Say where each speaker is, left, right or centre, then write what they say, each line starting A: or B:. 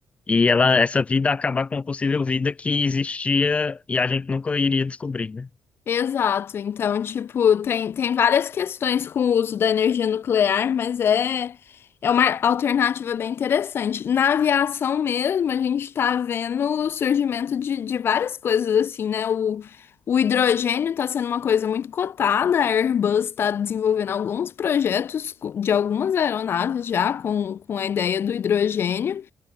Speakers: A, on the left; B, on the left.
A: e ela, essa vida acabar com uma possível vida que existia e a gente nunca iria descobrir, né?
B: Exato. Então, tipo, tem, tem várias questões com o uso da energia nuclear, mas é, é uma alternativa bem interessante. Na aviação mesmo, a gente tá vendo o surgimento de, de várias coisas assim, né? O, o hidrogênio tá sendo uma coisa muito cotada, a Airbus está desenvolvendo alguns projetos co- de algumas aeronaves já com, com a ideia do hidrogênio.